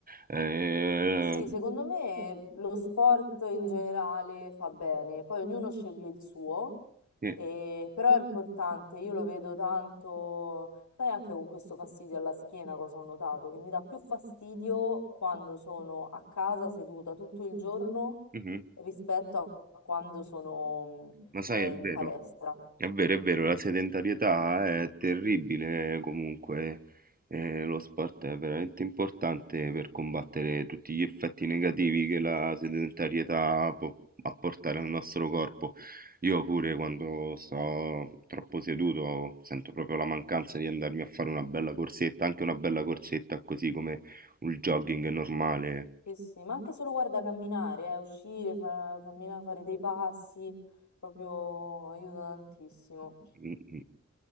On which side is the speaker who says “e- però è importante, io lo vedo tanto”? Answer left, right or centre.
Left